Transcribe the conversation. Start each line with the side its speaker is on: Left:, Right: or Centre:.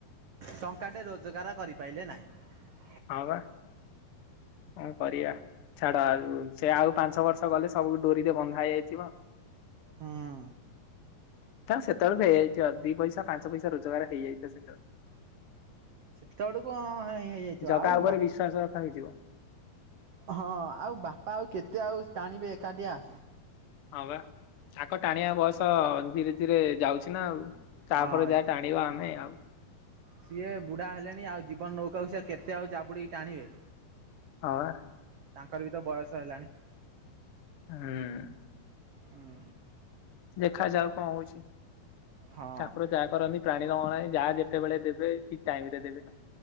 Right: ଟଙ୍କାଟେ ରୋଜଗାର କରିପାରିଲେ ନାହିଁ।
Left: ବା ହଁ କରିବା ଛାଡ ସେ ଆଉ ପାଞ୍ଚ ବର୍ଷ ଗଲେ ସବୁ ଡୋରିରେ ବନ୍ଧା ହେଇଯାଇଥିବ।
Right: ହଁ
Left: ନା ସେତେବେଳେ ବି ହେଇଯାଇଥିବ ଦି ପଇସା ପାଞ୍ଚ ପଇସା ରୋଜଗାର ହେଇଯାଇଥିବ ସେତେବେଳଳେ
Right: ସେତେବେଳକୁଇ ହେଇଯାଇଥିବ
Left: ଜଗା
Right: ଆଉ
Left: ଉପରେ
Right: ବାପ
Left: ବିଶ୍ଵାସ ରଖା ହେଇଯିବ।
Right: ହଁ ଆଉ ବାପା ଆଉ କେତେ ଆଉ ଟାଣିବେ ଏକାଠିଆ।
Left: ହଁ ପା ସାଙ୍କ ଟାଣିବା ତ ଧୀରେ ଧୀରେ ଯାଉଛି ନା ଆଉ। ତାଫରେ
Right: ହଁ।
Left: ଯାହା ଟାଣିବା ଆମେ ଆଉ।
Right: ସିଏ ବୁଢା ହେଲେଣି ଆଉ ଜୀବନ ନଉକାକୁ ସିଏ କେତେ ଆଉ ଚାବୁଡ଼ି କି ଟାଣିବେ।
Left: ହଁ ପା।
Right: ତାଙ୍କର ବି ତ ବୟସ ହେଲାଣି।
Left: ହୁଁ।
Right: ହୁଁ।
Left: ଦେଖାଯାଯାଉ କଣ ହଉଛି।
Right: ହଁ
Left: ଠକୁର ଯା କରନି ପ୍ରାୟ। ଯାହା ଯେତେବେଳେ ଦେବେ ଠିକ ଟାଇମ ରେ ଦେବ